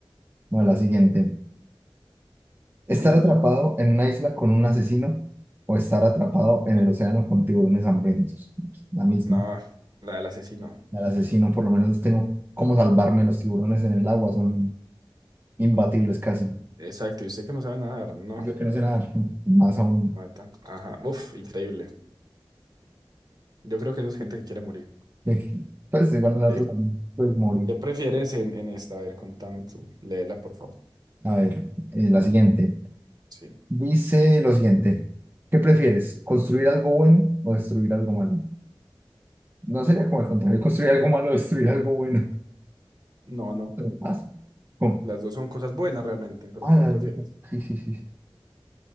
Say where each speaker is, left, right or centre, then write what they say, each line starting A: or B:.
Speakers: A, on the right (about 25°); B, on the right (about 50°).
A: Bueno, la siguiente. ¿Estar
B: <laughs>
A: atrapado en una isla con un asesino o estar atrapado en el océano con tiburones hambrientos? La misma.
B: No, la del asesino.
A: Al asesino, por lo menos tengo cómo salvarme. Los tiburones en el agua son imbatibles casi.
B: Exacto, y usted que no sabe nadar, no.
A: Yo que no sé nada más aún.
B: Matan. Ajá, uf, increíble. Yo creo que eso es gente que quiere morir.
A: de- Pues igual
B: Ok.
A: la otra pues muy.
B: ¿Qué prefieres en, en esta? A ver, contame tú. Léela, por favor.
A: A ver, eh, la siguiente.
B: Sí.
A: Dice lo siguiente. ¿Qué prefieres? ¿Construir algo bueno o destruir algo malo? No sería como el contrario, construir algo malo o destruir algo bueno.
B: No, no.
A: Pero pasa. ¿Cómo?
B: Las dos son cosas buenas realmente, pero
A: Ah,
B: ¿cuál
A: la
B: prefieres?
A: digo. Sí, sí, sí.